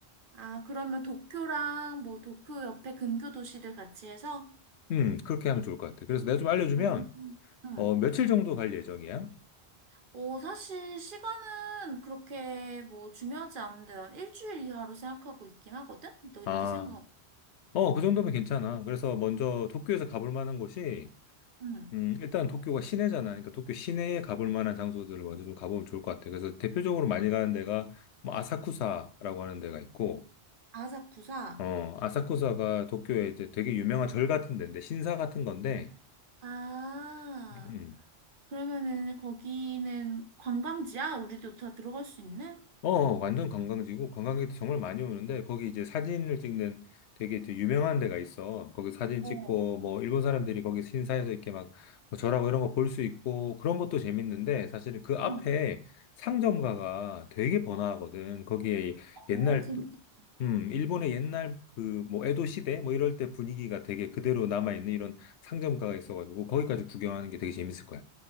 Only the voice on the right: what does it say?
아, 그러면 도쿄랑 뭐 도쿄 옆에 근교 도시들 같이 해서?
음, 응.
어, 사실 시간은 그렇게 뭐 중요하지 않은데 난 일주일 이하로 생각하고 있긴 하거든? 너,
네 생각은?
응.
아사쿠사?
아,
그러면은 거기는 관광지야? 우리도 다 들어갈 수 있는?
음. 어,
응.
어,
재밌겠다.